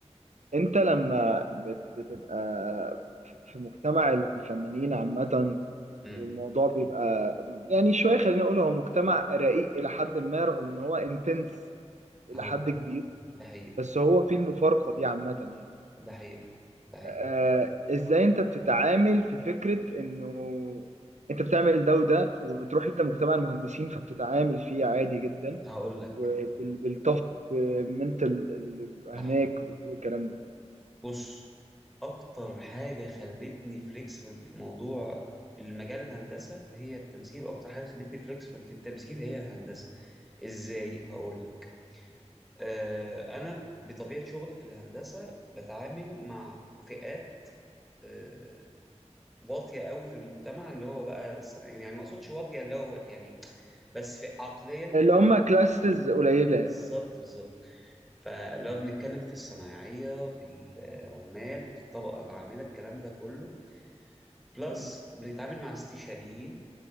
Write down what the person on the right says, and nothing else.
انت لما بت- بتبقى في مجتمع الفنانين عامة
والموضوع بيبقى يعني شوية خليني اقول هو مجتمع رقيق الى حد ما رغم ان هو انتنس الى
حد كبير
بس هو فيه المفارقة دي عامة يعني
آه ازاي انت بتتعامل في فكرة انه انت بتعمل ده وده وبتروح لمجتمع المهندسين فبتتعامل فيه عادي جدا
وبالطف بالمنتال اللي بيبقى
هناك وكل الكلام ده
اللي هم كلاسز قليله يعني
مم.